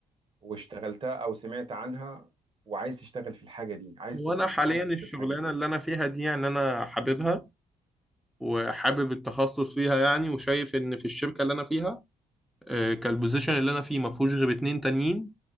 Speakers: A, on the right; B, in the centre.
A: واشتغلتها او سمعت عنها وعايز تشتغل في الحاجة دي عايز
B: هو
A: تبقى
B: أنا
A: متخصص
B: حاليا الشغلانة
A: في الحاجة دي
B: اللي أنا فيها دي يعني أنا حاببها وحابب التخصص فيها يعني وشايف إن في الشركة اللي أنا فيها آه، كالبوزيشن اللي أنا فيه ما فيهوش غير اتنين تانيين